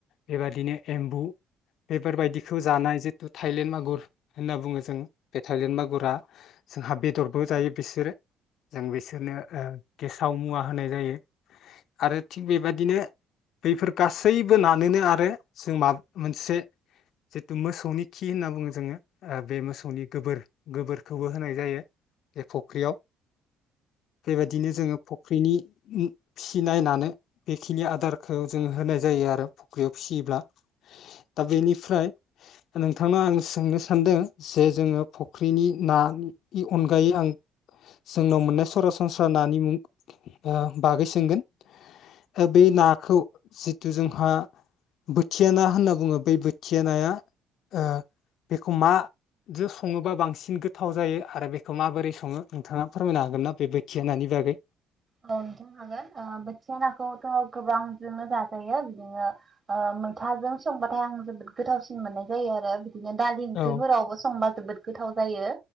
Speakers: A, on the left; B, on the right.
A: बेबादिनो एम्बु बेफोरबायदिखौ जानाय जितु थाइलेण्ड मागुर होनना बुङो जों, बे टालियेन मा गुरा जोंहा बेदरबो जायो बिसोरो। जों बिसोरनो ओ गेसाव मुवा होनाय जायो। आरो थिग बेबादिनो बैफोर गासैबो नानोनो आरो जों माबा मोनसे जिथु मोसौनि खि होनना बुंङो जोंङो आ बे मोसौनि गोबोर गोबोरखौबो होनाय जायो ए फख्रियाव बेबायदिनो जोंङो फुख्रिनि <unintelligible> इनायनानै बेखिनि आदारखौ जों होनाय जायो आरो फुख्रियाव फिसियोब्ला । दा बेनिफ्राय दा नोंथांनो आं सोंनो सानदो से जोंङो फख्रिनि ना इ अनगायै आं जोंनाव मोननाय सरासनस्रा नानि मुं आ बागै सोंगोन । बे नाखौ सिथु जोंहा बोथिया ना होनना बुंङो बै-बै खिया नाया आ बेखौ माजो संङोबा बांसिन गोथाव जायो आरो बेखौ माबोरै सङो? नोंथाङा फोरमायनो हागोन ना बे बोथिया नानि बागै ।
B: औ नोंथां हागोन ओ बोथिया नाखौथ' गोबांजोंनो जाजायो बिदिनो ओ मैथाजों संबाथाय आं जोबोद गोथावसिन मोननाय जायो आरो बिदिनो दालि ओंख्रिफोरावबो
A: औ
B: संबा जोबोद गोथाव जायो